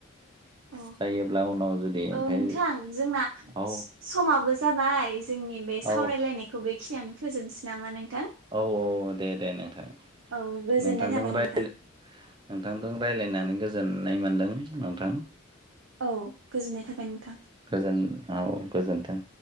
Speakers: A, on the right; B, on the right.
A: अ
B: जायोब्ला उनाव जुदि ओमफ्राय
A: औ नोंथां जोंना
B: औ
A: स-स-समाबो जाबाय जोंनि बे सावरायलायनायखौ
B: औ
A: बेखिनियावनो फोजोबनोसै नामा नों
B: औ औ दे दे नोंथां
A: औ गोजोननाय
B: नोंथांजों
A: थाबाय
B: रायलाय
A: नोंथां
B: नोंथांजों रायलायनानै गोजोननाय मोनदों नोंथां
A: औ गोजोननाय थाबाय नोंथां।
B: गोजोन औ गोजोनथों।